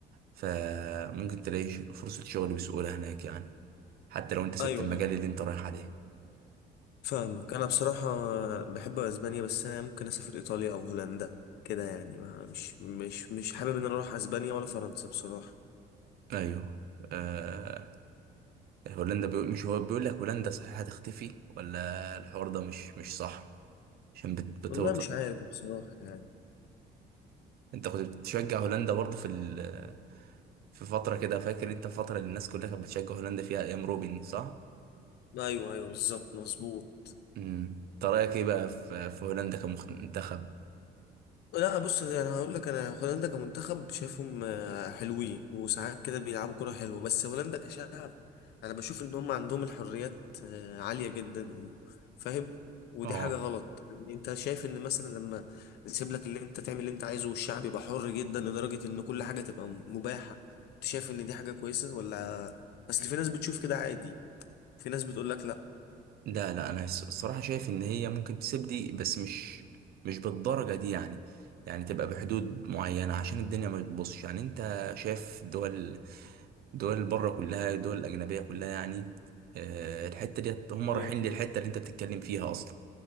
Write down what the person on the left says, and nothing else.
ايوه
ايوه
فاهمك انا بصراحة بحب اسبانيا بس انا ممكن اسافر ايطاليا او هولندا كده يعني ما مش مش مش حابب ان انا اروح اسبانيا ولا فرنسا بصراحة
والله مش عارف بصراحة يعني
ايوه ايوه بالظبط مظبوط
لا بص انا هقول لك انا هولندا كمنتخب شايفهم آه، حلوين وساعات كده بيلعبوا كرة حلوة بس هولندا كشعب انا بشوف ان هم عندهم الحريات آه، عالية جدا فاهم ودي
حاجة غلط يعني انت شايف ان مثلا لما نسيب لك اللي انت تعمل اللي انت عايزه والشعب يبقى حر جدا لدرجة ان كل حاجة تبقى مباحة انت شايف ان دي حاجة كويسة ولا اصل في ناس بتشوف كده عادي في ناس بتقول لك لا
ايوه